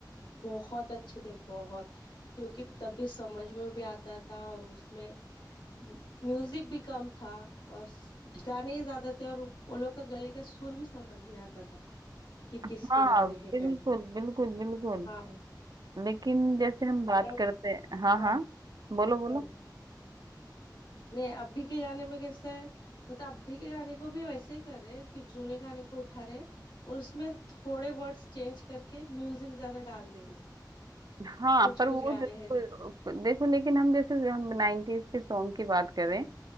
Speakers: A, on the left; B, on the right.
A: बहुत अच्छे थे बहुत क्योंकि तभी समझ में भी आता था और उसमें म्यूजिक भी कम था और स- गाने ही ज्यादा थे और वो लोग का गले का सुर भी समझ में आता था कि
B: हाँ
A: किसके गाने हैं
B: बिल्कुल
A: करके
B: बिल्कुल बिल्कुल
A: हाँ
B: लेकिन जैसे हम बात
A: और अब
B: करते हैं हाँ
A: हाँ
B: हाँ बोलो बोलो
A: हाँ। नहीं अभी के गाने में कैसा है मतलब अभी के गाने को भी वैसे ही कर रहे हैं कि जूने गाने को उठा रहे हैं और उसमें थोड़े वर्ड्स चेंज करके म्यूजिक ज्यादा डाल दे रहे हैं
B: हाँ
A: कुछ
B: पर
A: कुछ
B: वो
A: गाने
B: देखो
A: हैं देखो
B: देखो लेकिन हम जैसे
A: हाँ
B: हम नाइन्टीज के सॉन्ग की बात करें